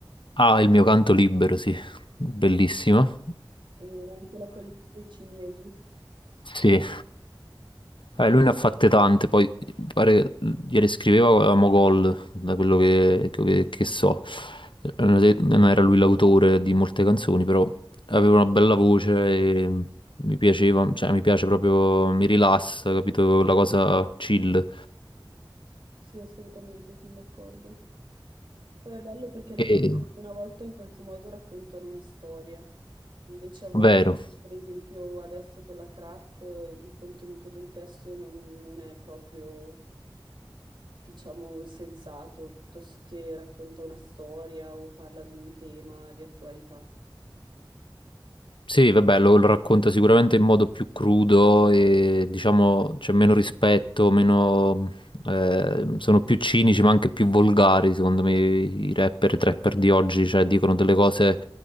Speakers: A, on the left; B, on the right.
A: Ah, il mio canto libero, sì, bellissimo.
B: e anche la collina dei ciliegi.
A: Sì, Eh, lui ne ha fatte tante, poi mi pare che ieri scriveva avevamo gol, da quello che, che- che so. Eh, Non era lui l'autore di molte canzoni, però aveva una bella voce e mi piaceva, cioè mi piace proprio, mi rilassa, capito? La cosa chill.
B: Sì, assolutamente, sono d'accordo. Poi è bello perché le
A: E,
B: canzoni una volta in qualche modo raccontano una storia, invece a volte,
A: vero.
B: per esempio adesso con la trap, eh, il contenuto del testo non, non è proprio, diciamo, sensato, piuttosto che racconta una storia o parla di un tema di attualità.
A: Sì, vabbè, lo, lo racconta sicuramente in modo più crudo e diciamo c'è meno rispetto, meno, eh, sono più cinici ma anche più volgari, secondo me i rapper e i trapper di oggi, cioè dicono delle cose